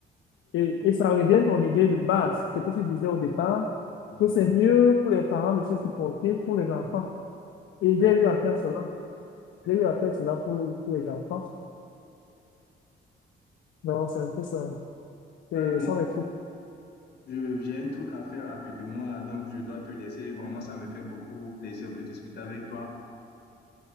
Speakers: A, on the left; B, on the left.
A: en
B: Et,
A: tant que
B: et ça
A: parents.
B: revient à ton idée de base, ce que tu disais au départ,
A: Mhm.
B: que c'est mieux pour les parents de se supporter pour les enfants. Et
A: Ouais,
B: j'ai eu à faire cela.
A: exactement.
B: J'ai eu à faire cela pour, pour les enfants. Non, c'est un peu ça. Ce
A: Ouais, bon,
B: sont les trucs.
A: Je- J'ai un truc à faire rapidement là, donc je dois te laisser. Vraiment, ça me fait beaucoup plaisir de discuter avec toi.